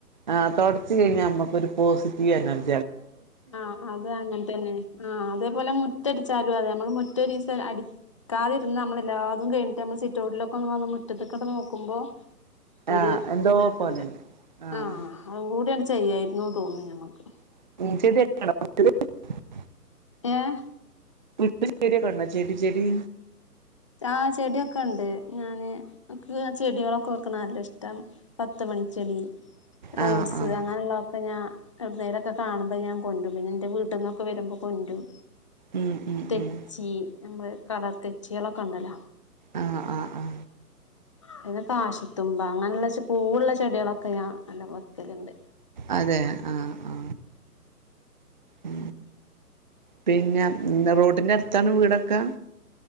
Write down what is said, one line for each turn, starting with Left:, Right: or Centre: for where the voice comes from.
Right: ആഹ് തൊടച്ച് കഴിഞ്ഞാ നമ്മക്കൊരു പോസിറ്റീവ് എനർജിയാണ്
Left: ആഹ അത് അങ്ങനെ തന്നെ ആ അതേപോലെ മുറ്റടിച്ചാലും അതെ നമ്മള് മുറ്റഒരു ദിവസം കാതിരുന്ന് നമ്മളെല്ലാതും കഴിഞ്ഞട്ട നമ്മൾ സിറ്റൗട്ടിലൊക്കെ വന്ന് മുറ്റത്ത് അങ്ങ് നോക്കുമ്പോ ഒരു
Right: ആഹ് എന്തോ
Left: ഇത്ട്ടൂലാ
Right: പോലെയാണ് ആഹ്
Left: ആഹ അതൂടിയങ്ങോട്ട് ചെയ്യായിരുന്നു തോന്നുന്നു ഞമ്മക്ക്
Right: <unintelligible>
Left: ഏഹ്
Right: <unintelligible> ചെടി ചെടി
Left: ആ ചെടിക്കെ ഉണ്ട് ഞാന് ചെടികളൊക്കെ വെക്കണേ നല്ല ഇഷ്ടാണ് പത്തുമണി ചെടി റോസ്
Right: ആഹ് ആഹ്
Left: അങ്ങനെ ഉള്ളത്തെക്കെ ഞാൻ കാണുമ്പോ ഞാൻ കൊണ്ടും പിന്നെ എന്റെ വീട്ടിൽ നിന്നൊക്കെ വരുമ്പോൾ കൊണ്ടും
Right: ഉം ഉം
Left: തെച്ചി
Right: ഉം
Left: നമ്മ കളർ തെച്ചികളൊക്കെ ഉണ്ടല്ലോ
Right: ആ ആ ആ
Left: പിന്നെ കാശിത്തുമ്പ അങ്ങനെയുള്ള പൂവുള്ള ചെടികളൊക്കെ ഞാൻ നല്ല വക്കലുണ്ട്
Right: അതെ ആ ആ ഉ പിന്നെന്താ റോഡിന്റെ അടുത്താണ് വീടൊക്കെ